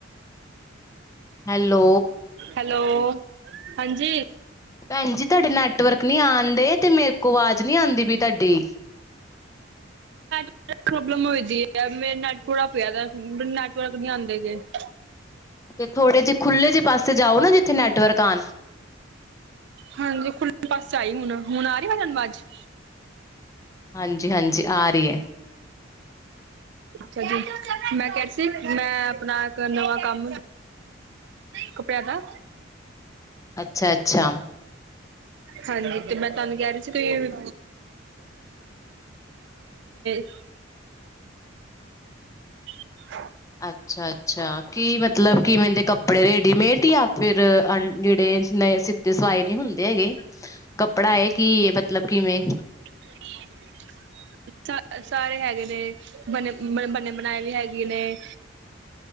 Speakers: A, on the left (about 15°); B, on the right (about 60°).
A: ਹੈਲੋ।
B: ਹੈਲੋ ਹਾਂਜੀ।
A: ਭੈਣਜੀ ਤੁਹਾਡੇ ਨਾਲ। ਨੈਟਵਰਕ ਨੀ ਆਉਣਦੇ ਤੇ ਮੇਰੇ ਕੋਲ ਆਵਾਜ਼ ਨੀ ਆਉਂਦੀ ਪਈ ਤੁਹਾਡੀ।
B: <inaudible> <inaudible>
A: ਤੇ ਥੋੜੇ ਜਿਹੇ ਖੁੱਲ੍ਹੇ ਜਿਹੇ ਪਾਸੇ ਜਾਓ ਨਾ ਜਿੱਥੇ ਨੈਟਵਰਕ ਆਣ।
B: ਹਾਂਜੀ, ਖੁੱਲੇ ਪਾਸ ਆਈ ਹੁਣ ਹੁਣ ਆ ਰਹੀ ਤੁਹਾਨੂੰ ਆਵਾਜ਼।
A: ਹਾਂਜੀ ਹਾਂਜੀ ਆ ਰਹੀ ਹੈ।
B: ਅੱਛਾ ਜੀ ਮੈਂ ਕਿਹਾ ਸੀ ਮੈਂ ਆਪਣਾ ਇੱਕ ਨਵਾਂ ਕੰਮ। ਕੱਪੜਿਆਂ ਦਾ।
A: ਅੱਛਾ ਅੱਛਾ।
B: ਹਾਂਜੀ ਤੇ ਮੈਂ ਤੁਹਾਨੂੰ ਕਹਿ ਰਹੀ ਸੀ ਕੋਈ। <inaudible> <inaudible> <inaudible> <inaudible>
A: ਅੱਛਾ ਅੱਛਾ। ਕਿ ਮਤਲਬ ਕਿਵੇਂਦੇ ਕੱਪੜੇ ਰੇਡੀਮੇਡ ਜਾਂ ਫਿਰ ਅ ਜਿਹੜੇ ਸਿੱਤੇ ਸਵਾਏ ਨੀ ਹੁੰ। ਹੁੰਦੇ ਹੈਗੇ ਕੱਪੜਾ ਹੈ ਕੀ ਮਤਲਬ ਕਿਵੇਂ।
B: <inaudible> <inaudible> ਸ ਸਾਰੇ ਹੈਗੇ ਨੇ ਬਨੇ ਬ ਬਨੇ ਬਣਾਏ ਵੀ ਹੈਗੇ ਨੇ।